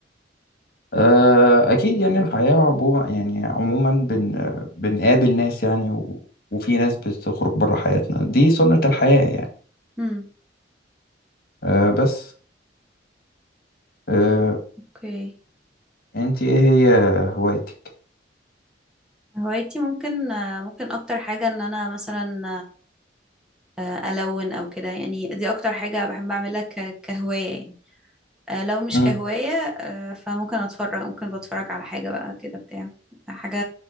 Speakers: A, on the left; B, in the centre.
A: آه... اكيد يعني الحياة عموما يعني عموما بن... بنقابل ناس يعني و... وفي ناس بتخرج بره حياتنا دي سنة الحياة يعني
B: امم
A: آه بس آه...
B: اوكي
A: انت ايه هي هوايتك
B: هوايتي ممكن آه، ممكن أكتر حاجة إن أنا مثلا آه، آه، ألون أو كده يعني دي أكتر حاجة بحب أعملها ك- كهواية يعني آه، لو مش
A: امم
B: كهواية آه، فممكن أتفرج ممكن بتفرج على حاجة بقى كده بتاع حاجة